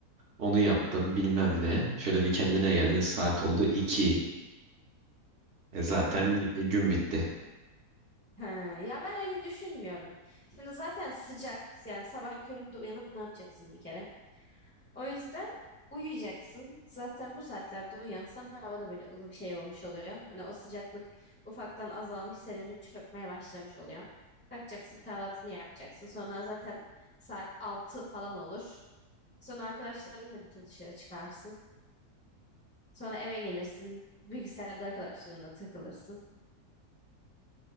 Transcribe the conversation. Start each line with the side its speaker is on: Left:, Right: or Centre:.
Right: Onu yaptın bilmem ne. Şöyle bir kendine geldin saat oldu 2. E zaten e, gün bitti.
Left: Ha, ya ben öyle düşünmüyorum. Şimdi zaten sıcak. Yani sabah köründe uyanıp ne yapacaksın bir kere? O yüzden uyuyacaksın. Zaten bu saatlerde uyansan hava da böyle ılım şey olmuş oluyor. Hani o sıcaklık ufaktan azalmış, serinlik çökmeye başlamış oluyor. Kalkacaksın, kahvaltını yapacaksın. Sonra zaten saat 6 falan olur. Sonra arkadaşlarınla bir tur dışarı çıkarsın. Sonra eve gelirsin. Bilgisayarda arkadaşlarınla takılırsın.